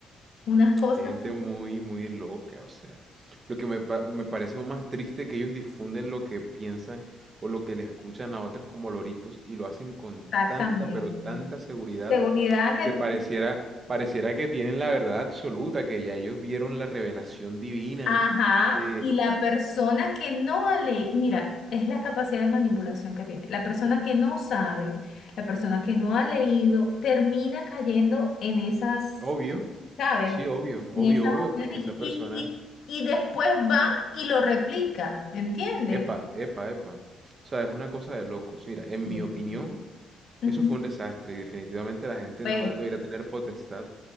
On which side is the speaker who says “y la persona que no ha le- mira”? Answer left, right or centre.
Left